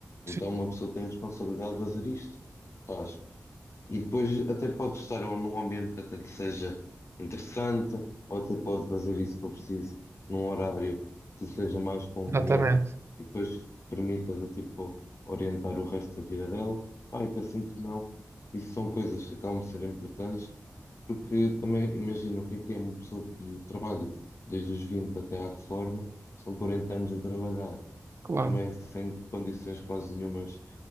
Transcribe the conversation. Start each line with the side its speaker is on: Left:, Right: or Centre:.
Left: então
Right: sim,
Left: uma pessoa tem a responsabilidade de fazer isto. Faz. E depois até pode estar ou num ambiente que até lhe seja interessante, ou até pode fazer isso se for preciso, num horário que seja mais conveniente
Right: exatamente.
Left: e depois permita do tipo orientar o resto da vida dela. Pá, e pensando que não, isso são coisas que acabam de ser importantes, porque também imagina o que é que é uma pessoa que trabalha desde os 20 até à reforma, são 40 anos a trabalhar
Right: Claro.
Left: também sem condições quase nenhumas